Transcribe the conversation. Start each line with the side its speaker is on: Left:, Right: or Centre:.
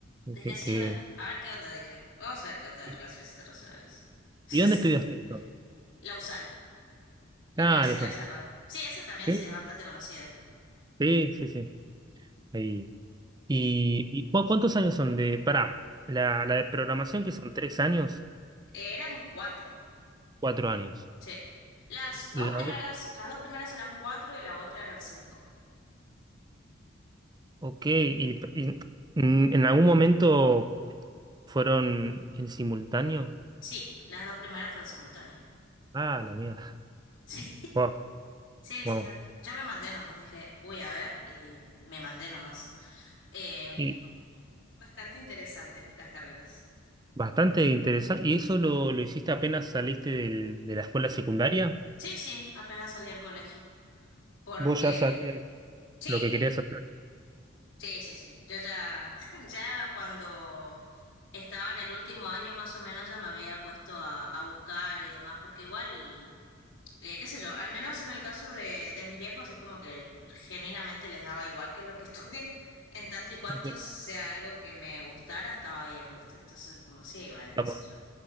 Left: dije
Right: que,
Left: sí,
Right: que-
Left: a ver qué onda, dije. Vamos a ver qué onda de
Right: ¿Y
Left: relaciones internacionales. <laughs> Sí.
Right: y dónde estudiaste eso?
Left: La USAL, la
Right: Ah,
Left: Universidad
Right: lo sé.
Left: de El Salvador. Sí, eso también
Right: Sí,
Left: es bastante conocido.
Right: sí, sí. sí. Ahí. ¿Y, y cu- cuántos años son de, pará, la, la de programación que son tres años,
Left: Eh, eran cuatro,
Right: cuatro años?
Left: sí. Las dos
Right: La,
Left: primeras,
Right: o-
Left: las dos primeras eran cuatro y la otra eran cinco.
Right: ok, y, y, mm, en algún momento fueron en simultáneo.
Left: Sí, las dos primeras fueron simultáneas.
Right: Ah, la mierda.
Left: <laughs> Sí,
Right: Wow,
Left: sí,
Right: wow.
Left: sí. no- yo me mandé nomás, dije, uy, a ver, y me mandé nomás. Eh,
Right: Y
Left: bastante interesante las carreras.
Right: bastante interesante. ¿Y eso lo, lo hiciste apenas saliste del- de la escuela secundaria?
Left: Sí, sí, apenas salí del colegio. Porque
Right: ¿Vos ya sabías
Left: sí,
Right: lo que querías hacer?
Left: sí, sí, sí. Yo ya, <laughs> ya cuando estaba en el último año más o menos ya me había puesto a, a buscar y demás, porque igual, eh, qué sé yo, al menos en el caso de, de mis viejos es como que genuinamente les daba igual que lo que <laughs> estudié, en tanto y cuanto
Right: Ok,
Left: sea algo que me gustara, estaba bien, ¿viste? Entonces, como sí, bueno,
Right: está
Left: qué
Right: bueno.
Left: sé yo.